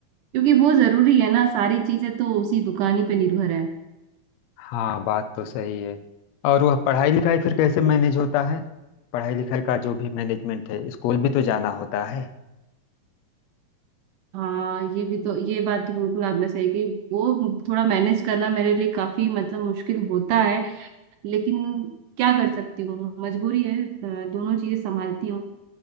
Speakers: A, on the right (about 75°); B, on the left (about 80°).
A: क्योंकि वो जरूरी है ना सारी चीजें तो उसी दुकान ही पे निर्भर है
B: हाँ बात तो सही है और वह पढ़ाई लिखाई फिर कैसे मैनेज होता है पढ़ाई लिखाई का जो भी मैनेजमेंट है स्कूल भी तो जाना होता है
A: हाँ ये भी तो ये बात तो बिल्कुल आपने सही की वो थोड़ा मैनेज करना मेरे लिए काफी मतलब मुश्किल होता है लेकिन क्या कर सकती हूँ मजबूरी है अ, दोनों चीजें संभालती हूँ